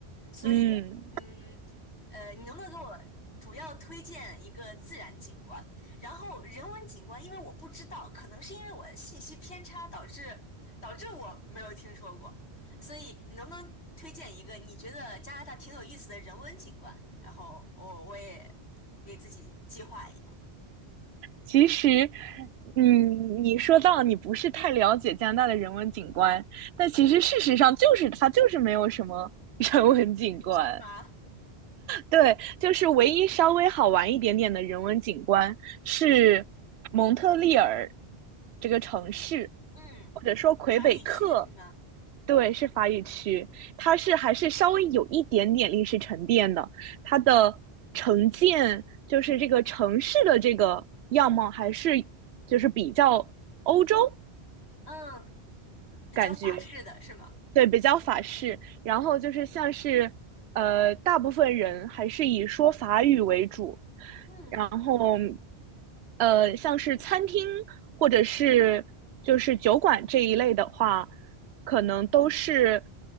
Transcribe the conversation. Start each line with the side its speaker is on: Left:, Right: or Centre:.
Left: 所以，
Right: 嗯，
Left: 嗯，呃，你能不能给我主要推荐一个自然景观？然后人文景观，因为我不知道，可能是因为我的信息偏差导致导致我没有听说过，所以你能不能推荐一个你觉得加拿大挺有意思的人文景观？然后我我也给自己计划一下，
Right: 其实，嗯，你说到你不是太了解加拿大的人文景观，但其实事实上就是它就是没有什么 <laughs> 人文景观。
Left: 是吗？
Right: 对，就是唯一稍微好玩一点点的人文景观是蒙特利尔这个城市，
Left: 嗯，
Right: 或者说魁北克，
Left: 法语区是吗？
Right: 对，是法语区，它是还是稍微有一点点历史沉淀的，它的城建就是这个城市的这个样貌还是就是比较欧洲
Left: 嗯，比较法式的是吗？
Right: 感觉，对，比较法式。然后就是像是，呃，大部分人还是以说法语为主。
Left: 嗯，
Right: 然后，呃，像是餐厅或者是就是酒馆这一类的话，可能都是